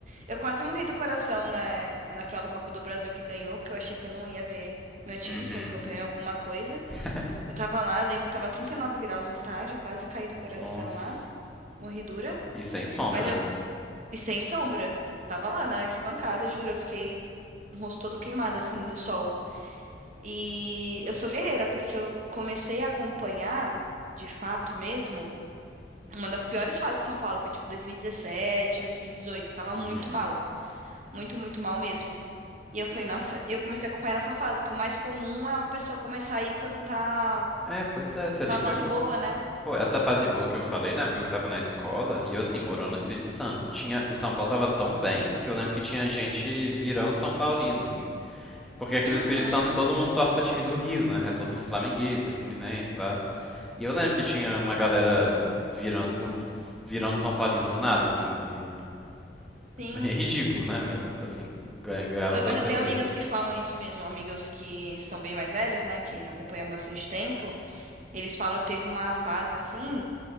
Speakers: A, on the right; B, in the centre.
A: Eu quase morri do coração, né? É Na final da Copa do Brasil que ganhou, porque eu achei que eu não ia ver meu time
B: uhum,
A: sendo campeão em alguma coisa.
B: <laughs>
A: Eu tava lá, eu lembro que tava 39 graus no estádio, eu quase caí do coração
B: nossa,
A: lá, morri dura,
B: e sem sombra,
A: mas eu,
B: né?
A: e sem sombra, tava lá na arquibancada, juro, eu fiquei com o rosto todo queimado, assim, do sol. E eu sou guerreira, porque eu comecei a acompanhar, de fato mesmo, uma das piores fases de São Paulo, foi tipo 2017, 2018, tava muito
B: Uhum.
A: mal, muito, muito mal mesmo. E eu falei, nossa, eu comecei a acompanhar nessa fase, que o mais comum é uma pessoa começar a ir quando tá,
B: É, pois é, você
A: tá
B: nem
A: numa
B: pegou.
A: fase boa, né?
B: Pô, essa fase boa que eu falei, né? Porque eu tava na escola e eu, assim, morando no Espírito Santo. Tinha, o São Paulo tava tão bem que eu lembro que tinha gente virando São Paulino, assim. Porque aqui
A: Uhum.
B: no Espírito Santo todo mundo torce pra time do Rio, né? É todo mundo flamenguista, Fluminense, Vasco. E eu lembro que tinha uma galera virando, virando São Paulino do nada, assim. e- <laughs>
A: Sim,
B: É ridículo, né? Mas, assim, ganha- ganharam
A: Eu-
B: torcedores.
A: mas eu tenho amigas que falam isso mesmo, amigas que são bem mais velhas, né, que acompanham bastante tempo. Eles falam que teve uma fase assim